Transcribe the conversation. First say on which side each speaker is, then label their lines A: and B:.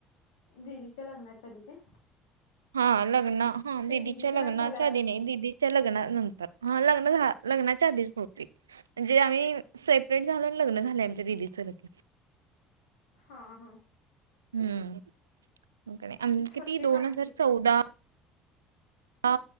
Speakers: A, on the left; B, on the right.
A: दिदीच्या लग्नाच्या आधी काय?
B: हा लग्न हा दिदीच्या
A: ते दिदीचं
B: लग्नाच्या
A: लग्न झाल्यावर
B: आधी नाही दिदी च्या लग्नानंतर हा लग्न झा लग्नाच्या आधीच बहु म्हणजे आम्ही सेपरेट झालून लग्न झालेय आमच्या दिदीचं लगेच
A: हा हा
B: हम्म किती
A: सख्खे
B: दोन
A: काका
B: हजार
A: किती
B: चौदा हा